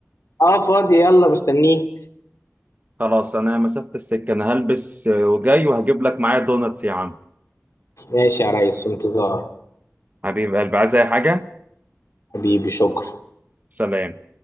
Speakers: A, on the left; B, on the right.
A: اه فاضي يلا مستنيك
B: خلاص أنا مسافة السكة أنا هلبس آه، وجاي وهجيب لك معايا دوناتس يا عم
A: ماشي يا ريس في انتظار
B: حبيب قلبي عايز أي حاجة
A: حبيبي شكرا
B: سلام